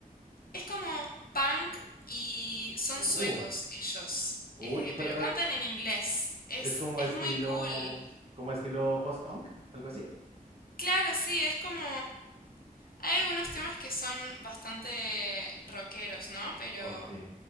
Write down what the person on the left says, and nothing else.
es como punk y son
suecos ellos,
eh,
pero
cantan en inglés. Es,
es
muy cool.
Claro, sí, es como Hay algunos temas que son bastante rockeros, ¿no? Pero